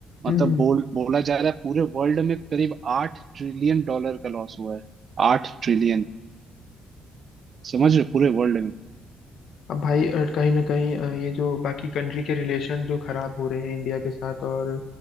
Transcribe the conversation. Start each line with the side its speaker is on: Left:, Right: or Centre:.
Right: मतलब
Left: हम्म
Right: बोल बोला जा रहा है पूरे वर्ल्ड में करीब आठ ट्रिलियन डॉलर का लॉस हुआ है आठ ट्रिलियन समझ रहे हो? पूरे वर्ल्ड में
Left: अब भाई अ, कहीं ना कहीं अ, ये जो बाकी कंट्री के रिलेशन जो खराब हो रहे हैं इंडिया के साथ और